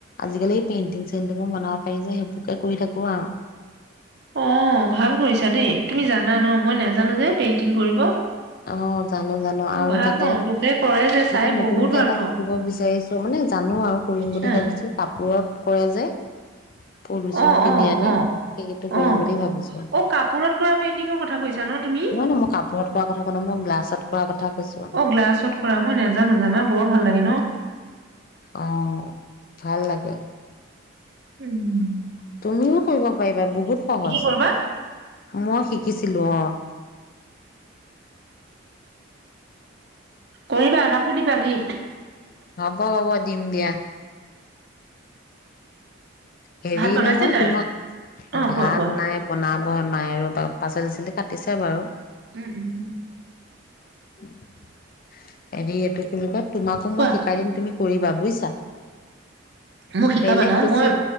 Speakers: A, on the left; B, on the right.
A: আজিকালি পেইণ্টিং চেইণ্টিঙো বনাব পাৰি যে সেইবোৰকে কৰি থাকোঁ আৰু।
B: অ' ভাল কৰিছা দেই, তুমি জানা ন, মই নাজানো যে পেইণ্টিং কৰিব।
A: অ', জানো-জানো
B: মই
A: আৰু
B: ভাল
A: তাতে
B: পাওঁ লোকে কৰে যে চাই
A: এতিয়া নতুনকে
B: বহুত ভাল
A: এটা
B: পাওঁ
A: শিকিব বিচাৰিছোঁ মানে জানো আৰু কৰিম বুলি
B: হা
A: ভাবিছোঁ কাপোৰত কৰে যে। ফুল-চুল
B: অ',
A: কিনি
B: অ',
A: আনি
B: অ',
A: সেইটো কৰিম
B: অ',
A: বুলি ভাবিছোঁ।
B: অ', কাপোৰত কৰা পেইন্টিঙৰ কথা কৈছা ন তুমি
A: নহয়-নহয় মোক কাপোৰত কোৱা কথা নাই মই গ্লাছত কৰা কৈছো
B: অ', গ্লাছত কৰা। মই নেজানো জানা বৰ ভাল লাগে ন? <inaudible>
A: অ', ভাল লাগে।
B: উম্
A: তুমিও কৰিব পাৰিবা বহুত সহজ,
B: কৰবাত?
A: মই শি শিকিছিলোঁ অ'।
B: কৰিবা আমাকো দিবা যি
A: হ'ব হ'ব দিম দিয়া। হেৰি
B: ভাত বনাইছে
A: নহয়
B: নাই?
A: তোমাক
B: অ',
A: ভাত
B: কোৱা কোৱা।
A: নাই বনাব মাই আৰু পাচলি চচলি কাট দিছে বাৰু।
B: উম, উম, উম।
A: এনে এইটো কেনেকুৱা? তোমাকো
B: কোৱা
A: মই শিকাই দিম তুমি কৰিবা বুজিছা।
B: মোক শিকাব
A: বেলেগ
B: ন
A: বেছি
B: মই